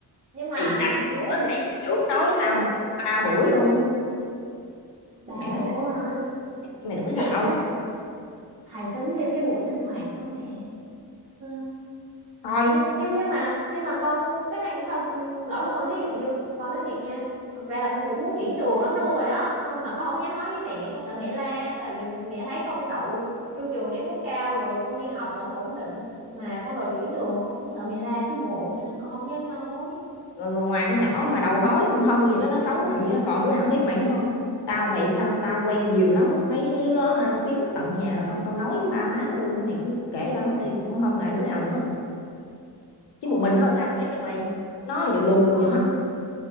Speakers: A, on the right; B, on the left.
A: nhưng mà
B: thầy đặt
A: ừ,
B: bữa
A: cái buổi
B: thầy hiệu trưởng nói
A: cái
B: tao
A: buổi
B: mày ba buổi luôn á
A: ba
B: mày nói
A: bữa hả
B: mày đừng có
A: vậy
B: xạo
A: chắc thầy thầy tính thêm cái buổi sinh hoạt đó mẹ Ờ.
B: thôi
A: nhưng nhưng nhưng mà nhưng mà con cái này cũng đâu ừ, lỗi của con thí dụ như con nói thiệt nha thật ra là con cũng muốn chuyển trường lắm luôn rồi đó Không- mà con không dám nói với mẹ con sợ mẹ la tại vì mẹ thấy con đậu vô trường điểm cũng cao rồi con đi học vẫn ổn định mà con đòi chuyển trường con cũng sợ mẹ la chứ bộ cho nên con không dám nói
B: rồi, rồi ngoài con nhỏ mà đầu hói con hân gì đó nó xấu mày đó còn đứa nào nó hiếp mày nữa không tao mày yên tâm tao quen nhiều lắm mấy đứa đó hả tao kiếm nó tận nhà tao tao nói với ba má nó luôn mày cứ kể tao hết đi con hân là đứa nào nữa chứ
A: con
B: một mình
A: hân
B: nó sao mà hiếp được mày nó vừa lùn
A: con
B: mà vừa hân
A: hân